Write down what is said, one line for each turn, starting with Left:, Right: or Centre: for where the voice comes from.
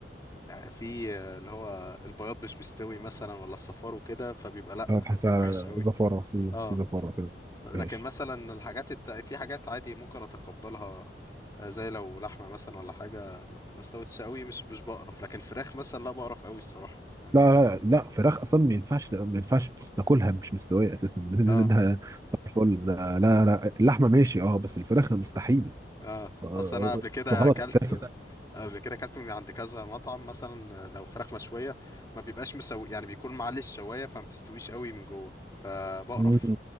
Left: في آه، اللي هو البياض مش مستوي مثلا ولا الصفار وكده فبيبقى لا
Right: اه بحسها
Left: بيبقى وحش قوي
Right: زفاره في
Left: اه
Right: في زفاره كده
Left: لكن
Right: مفيهاش
Left: مثلا الحاجات الت... في حاجات عادي ممكن اتقبلها آه، زي لو لحمه مثلا ولا حاجه ما استوتش قوي مش مش بقرف لكن فراخ مثلا لا بقرف قوي الصراحه يعني
Right: لا لا لا فراخ اصلا ما ينفعش ما ينفعش ناكلها مش مستويه اساسا <laughs> ده
Left: اه
Right: ده صباح الفل ده لا لا اللحمه ماشي اه بس الفراخ ده مستحيل
Left: اه
Right: آه، آه،
Left: اصل انا قبل كده
Right: آه، غلط
Left: اكلت
Right: اساسا
Left: قبل كده اكلت من عند كذا مطعم مثلا آه، لو فراخ مشويه ما بيبقاش مسوي يعني بيكون معلي الشوايه فما بتستويش قوي من جوه فبقرف
Right: مم.